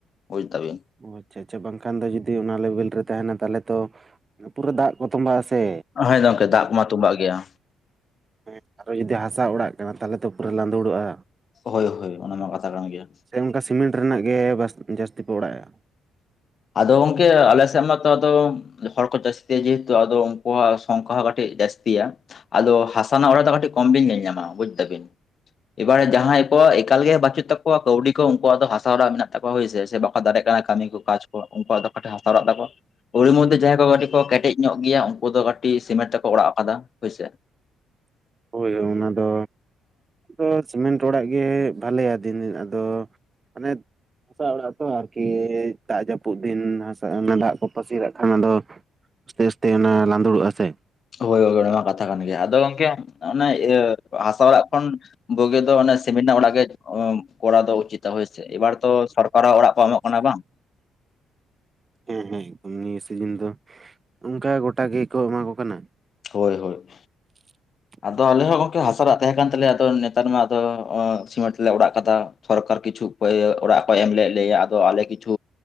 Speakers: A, on the left (about 50°); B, on the right (about 35°).
A: ᱵᱩᱡ ᱫᱟᱵᱤᱱ
B: ᱚ ᱟᱪᱪᱷᱟ ᱟᱪᱪᱷᱟ ᱵᱟᱝᱠᱷᱟᱱ ᱫᱚ ᱡᱩᱫᱤ ᱚᱱᱟ ᱞᱮᱵᱮᱞ ᱨᱮ ᱛᱟᱦᱮᱱᱟ ᱛᱟᱦᱚᱞᱮ ᱛᱚ ᱯᱩᱨᱟᱹ ᱫᱟᱜ ᱠᱚ ᱛᱚᱸᱵᱟᱜ ᱼᱟ ᱥᱮ
A: ᱦᱳᱭ ᱜᱚᱢᱠᱮ ᱫᱟᱜ ᱢᱟ ᱛᱳᱵᱟᱜ ᱜᱮᱭᱟ
B: ᱦᱮᱸ ᱟᱨᱦᱚ ᱡᱩᱫᱤ ᱦᱟᱥᱟ ᱚᱲᱟᱜ ᱠᱟᱱᱟ ᱛᱟᱦᱚᱞᱮ ᱛᱚ ᱯᱩᱨᱟᱹ ᱞᱟᱸᱫᱩᱲᱚᱜᱼᱟ
A: ᱦᱳᱭ ᱦᱳᱭ ᱚᱱᱟᱢᱟ ᱠᱟᱛᱷᱟ ᱠᱟᱱ ᱜᱮᱭᱟ
B: ᱥᱮ ᱚᱱᱠᱟ ᱥᱤᱢᱮᱱᱴ ᱨᱮᱱᱟᱜ ᱜᱮ ᱡᱟᱹᱥᱛᱤ ᱯᱮ ᱚᱲᱟᱜ ᱮᱫᱟ
A: ᱟᱫᱚ ᱜᱚᱝᱠᱮ ᱟᱞᱮ ᱥᱮᱫ ᱢᱟᱛᱚ ᱟᱫᱚ ᱦᱚᱲ ᱠᱚ ᱡᱟᱹᱥᱛᱤ ᱡᱮᱦᱮᱛᱩ ᱟᱫᱚ ᱩᱱᱠᱩᱣᱟᱜ ᱥᱚᱝᱠᱷᱟ ᱦᱚᱸ ᱠᱟᱹᱴᱤᱡ ᱡᱟᱹᱥᱛᱤᱭᱟ ᱟᱫᱚ ᱦᱟᱥᱟ ᱨᱮᱱᱟᱜ ᱚᱲᱟᱜ ᱫᱚ ᱠᱟᱹᱴᱤᱡ ᱠᱚᱢ ᱵᱤᱱ ᱧᱮᱞ ᱧᱟᱢᱟ ᱵᱩᱡ ᱫᱟᱵᱤᱱ ᱮᱵᱟᱨᱮ ᱡᱟᱦᱟᱸᱭ ᱠᱚᱣᱟᱜ ᱮᱠᱟᱞ ᱜᱮ ᱵᱟᱪᱩᱜ ᱛᱟᱠᱚᱣᱟ ᱠᱟᱣᱰᱤ ᱠᱚ ᱩᱱᱠᱩᱣᱟᱜ ᱫᱚ ᱦᱟᱥᱟ ᱚᱲᱟᱜ ᱢᱮᱱᱟᱜ ᱛᱟᱠᱚᱣᱟ ᱦᱳᱭᱥᱮ ᱥᱮ ᱵᱟᱠᱚ ᱫᱟᱲᱮ ᱠᱟᱣ ᱠᱟᱹᱢᱤ ᱠᱚ ᱠᱟᱡ ᱠᱚᱣᱟᱜ ᱩᱱᱠᱩᱣᱟᱜ ᱫᱚ ᱠᱟᱹᱴᱤᱡ ᱦᱟᱥᱟ ᱚᱲᱟᱜ ᱛᱟᱠᱚᱣᱟ ᱚᱲᱤ ᱢᱚᱫᱷᱮ ᱡᱟᱦᱟᱸᱭ ᱠᱚ ᱠᱟᱴᱤᱡᱽ ᱠᱚ ᱠᱮᱴᱮᱡᱽ‌ ᱧᱚᱜ ᱜᱮᱭᱟ ᱩᱱᱠᱩ ᱫᱚ ᱠᱟᱹᱴᱤᱡᱽ ᱥᱤᱢᱮᱱᱴ ᱛᱮᱠᱚ ᱚᱲᱟᱜ ᱟᱠᱟᱫᱟ ᱦᱳᱭᱥᱮ
B: <inaudible> ᱦᱳᱭ ᱦᱳᱭ ᱚᱱᱟ ᱫᱚ ᱟᱫᱚ ᱥᱤᱢᱮᱱᱴ ᱚᱲᱟᱜ ᱜᱮ ᱵᱷᱟᱞᱮᱭᱟ ᱫᱤᱱ ᱟᱫᱚ ᱢᱟᱱᱮ ᱦᱟᱥᱟ ᱚᱲᱟᱜ ᱛᱚ ᱟᱨᱠᱤ ᱫᱟᱜᱽ ᱡᱟᱹᱯᱩᱫ ᱫᱤᱱ ᱦᱟᱥᱟ ᱚᱱᱟ ᱫᱟᱜᱽ ᱠᱚ ᱯᱟᱹᱥᱤᱨᱟᱜ ᱠᱷᱟᱱ ᱟᱫᱚ ᱛᱮᱥ ᱛᱮ ᱚᱱᱟ ᱞᱟᱸᱫᱩᱲᱚᱜᱼᱟ ᱥᱮ
A: ᱦᱳᱭ ᱠᱚᱜᱮ ᱠᱟᱛᱷᱟ ᱠᱟᱱ ᱜᱮᱭᱟ ᱟᱫᱚ ᱜᱚᱝᱠᱮ ᱚᱱᱮ ᱤᱭᱟᱹ ᱦᱟᱥᱟ ᱚᱲᱟᱜ ᱠᱷᱚᱱ ᱵᱩᱜᱤ ᱫᱚ ᱚᱱᱮ ᱥᱤᱢᱤᱱ ᱨᱮᱱᱟᱜ ᱚᱲᱟᱜ ᱜᱮ ᱠᱚᱨᱟᱣ ᱫᱚ ᱩᱪᱤᱛᱟ ᱦᱳᱭ ᱥᱮ ᱮᱵᱟᱨ ᱛᱚ ᱥᱚᱨᱠᱟᱨᱟᱜ ᱚᱲᱟᱜ ᱠᱚ ᱮᱢᱚᱜ ᱠᱟᱱᱟ ᱵᱟᱝ
B: ᱦᱮᱸ ᱦᱮᱸ ᱮᱠᱫᱚᱢ ᱱᱤᱭᱟᱹ ᱥᱤᱡᱤᱱ ᱫᱚ ᱚᱱᱠᱟ ᱜᱚᱴᱟ ᱜᱮᱠᱚ ᱮᱢᱟ ᱠᱚ ᱠᱟᱱᱟ᱾
A: ᱦᱳᱭ ᱦᱳᱭ
B: <inaudible>
A: ᱟᱫᱚ ᱟᱞᱮ ᱦᱚᱸ ᱜᱚᱝᱠᱮ ᱦᱟᱥᱟ ᱚᱲᱟᱜ ᱛᱟᱦᱮᱸ ᱠᱟᱱ ᱛᱟᱞᱮᱭᱟ ᱟᱫᱚ ᱱᱮᱛᱟᱨ ᱢᱟ ᱟᱫᱚ ᱥᱤᱢᱮᱱᱴ ᱛᱮᱞᱮ ᱚᱲᱟᱜ ᱟᱠᱟᱫᱟ᱾ ᱥᱚᱨᱠᱟᱨ ᱠᱤᱪᱷᱩ ᱚᱲᱟᱜ ᱠᱚᱭ ᱮᱢ ᱞᱮᱫ ᱞᱮᱭᱟ ᱟᱫᱚ ᱟᱞᱮ ᱠᱤᱪᱷᱩ